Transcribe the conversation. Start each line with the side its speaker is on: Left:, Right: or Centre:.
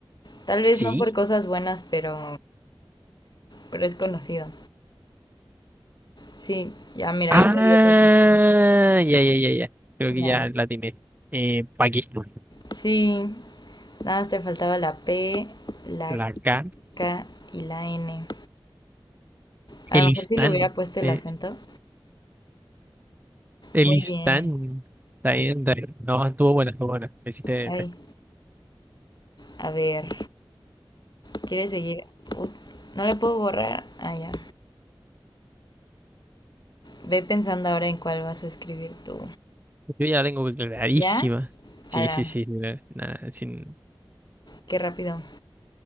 Left: Tal vez
Right: sí.
Left: no por cosas buenas, pero... pero es conocido. Sí, ya mira,
Right: Ah,
Left: ahí te di otra pista.
Right: ya, ya, ya, ya. Creo que
Left: Ya.
Right: ya la tiene. Eh, Pakistán.
Left: Sí, nada más te faltaba la P, la
Right: La K.
Left: K y la N. A
Right: Elistán.
Left: lo mejor si le hubiera puesto el
Right: Eh,
Left: acento.
Right: Elistán.
Left: Muy bien.
Right: Está bien, está bien. No, estuvo buena, estuvo buena. Me hiciste-
Left: Ay, a ver, ¿quieres seguir? Ut- no le puedo borrar. Ah, ya. Ve pensando ahora en cuál vas a escribir tú.
Right: Yo ya la tengo clarísima.
Left: ¿Ya?
Right: Sí,
Left: Ala,
Right: sí, sí, sí, la- la- sin-
Left: qué rápido.